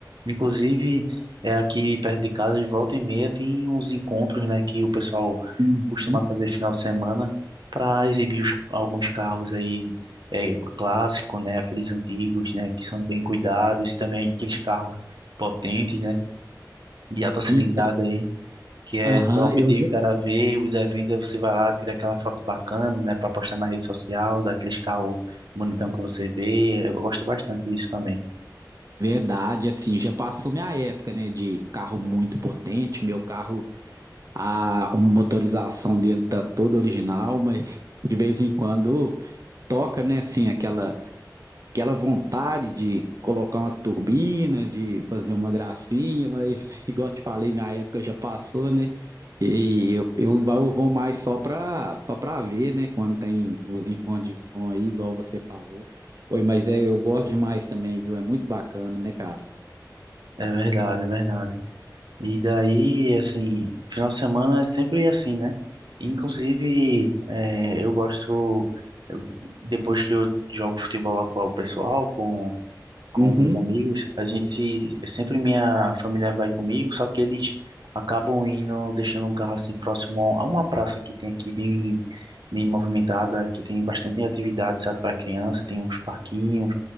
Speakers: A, on the right; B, on the right.
A: Inclusive, é aqui perto de casa, de volta e meia, tem uns encontros, né, que o pessoal
B: Uhum.
A: costuma fazer final de semana para exibir os- alguns carros aí é, clássicos, né, aqueles antigos, né, que são bem cuidados e também aqueles carros potentes, né, de alta cilindrada
B: Então,
A: aí que é
B: aham,
A: top
B: eu
A: de
B: já.
A: o cara ver os eventos, aí você vai lá, tira aquela foto bacana, né, para postar na rede social, dá aqueles caô bonitão que você vê. Eu gosto bastante disso também.
B: Verdade, assim, já passou minha época, né, de carro muito potente. Meu carro A motorização dele tá toda original, mas de vez em quando toca, né, assim, aquela, aquela vontade de colocar uma turbina, de fazer uma gracinha, mas <laughs> igual eu te falei, minha época já passou, né? E eu, eu eu vou mais só para só para ver, né? Quando tem os encontros de som aí, igual você falou. Oi, mas é, eu gosto demais também, viu? É muito bacana, né, cara?
A: É verdade, é verdade. E daí, assim, final de semana é sempre assim, né? Inclusive, é, eu gosto, eu- depois que eu jogo futebol lá com o pessoal, com
B: Uhum.
A: com meus amigos, a gente sempre minha família vai comigo, só que eles acabam indo, deixando um carro assim próximo a uma praça que tem aqui bem bem movimentada, que tem bastante atividade, sabe, para criança, tem uns parquinhos,